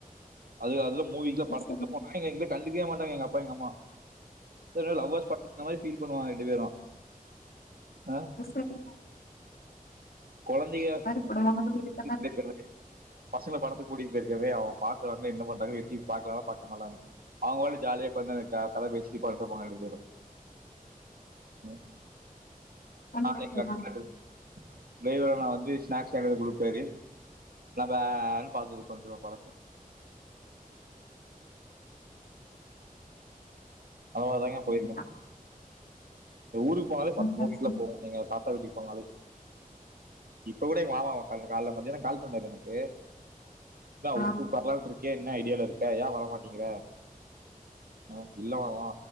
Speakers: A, on the right; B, on the left.
A: அது அதுல மூவிக்லா படத்துக்கிட்ட
B: சரிங்க
A: போனாங் நீங்க இன்வை கண்டுக்கவே மாட்டாங்க எங்க அப்பா எங்க அம்மா இதுலே லவ்வர்ஸ் பட்த் இந்த மாரி ஃபீல் பண்ணுவாங்க ரெண்டு பேரு அ
B: சரிங்க
A: கொழந்தைங்க
B: அவ ஒன்ன பத்தி எது
A: பீக் பேக்க்ர் <unintelligible> பசங்க படத்துக் கூட்டிட் பேயிர்க்கவே அவுங்க பாக்குறாங்க என்ன பண்றாங்க எப்டி பாக்லானா பாக்க மாட்டாங்க அவுங்களு ஜாலியா ஒக்காந்து கத பேசிட்டி உக்காந்துட்ருப்பாங்க ரெண்டு பேரு ம்
B: சந்தோஷம்
A: நாளைக்கு <unintelligible>
B: தான்.
A: மேரி வழங்குனா வந்து ஸ்நேக்ஸ் ஏங்கிட் வந்து குடுப்பாரு நா பேன் பாத்துட்டு ஒக்காந்துட்ர்ப்ப படத்த அதுனால தாங்கே
B: சரிதான்.
A: போயிருக்க எங்க ஊருக் போனாலே பத்
B: நல்லா
A: மூவீஸ்லா
B: சொன்னீங்க.
A: போவோ எங்க தாத்தா வீட்டுக் போனாலே இப்ப கூட எங்க மாமாவ கால்ல கால்ல மத்யான கால் பண்ணாரு எனக்கு தா
B: ஆ,
A: உ உ வரலான்ட்ருக்கியா என்ன ஐடியால இருக்க ஏ வர மாட்டீங்கிற அ இல்ல மாமா